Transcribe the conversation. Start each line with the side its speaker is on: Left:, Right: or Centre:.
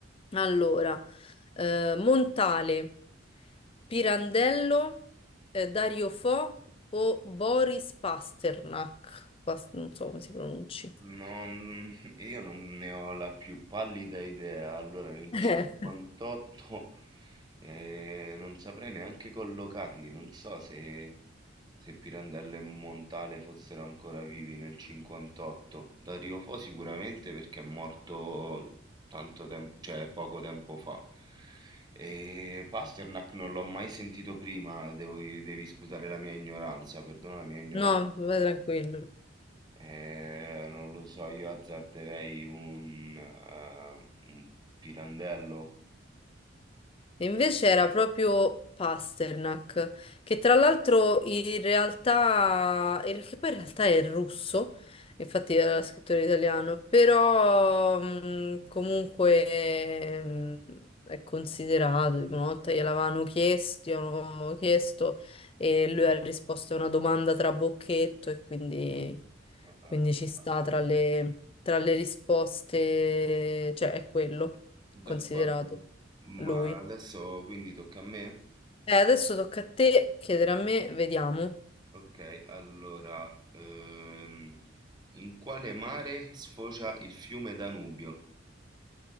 Left: Allora, eh, Montale, Pirandello, eh, Dario Fo o Boris Pasternak. Pas- non so come si pronunci.
Right: Non, io non ne ho la più pallida idea. Allora, nel
Left: <laughs>
Right: 58 eh, non saprei neanche collocarli. Non so se, se Pirandello e Montale fossero ancora vivi nel 58. Dario Fo sicuramente perché è morto tanto tempo, cioè poco tempo fa. E Pasternak non l'ho mai sentito prima. Devo, devi scusare la mia ignoranza, perdona la mia ignoranza.
Left: No, va tranquillo.
Right: Eh, non lo so, io azzarderei un, eh, un pirandello.
Left: E invece era proprio Pasternak, che tra l'altro in realtà, che poi in realtà è russo, infatti era scrittore italiano, però mh, comunque mh, è considerato, dico, una volta gliel'avevano chiesto, gli avevano chiesto e lui ha risposto a una domanda tra bocchetto e quindi,
Right: Ah,
Left: quindi
Right: ah,
Left: ci sta
Right: ah.
Left: tra le, tra le risposte, cioè è quello considerato
Right: D'accordo. Ma
Left: lui.
Right: adesso quindi tocca a me?
Left: Eh, adesso tocca a te chiedere a me, vediamo.
Right: Ok, allora, ehm, in quale mare sfocia il fiume Danubio?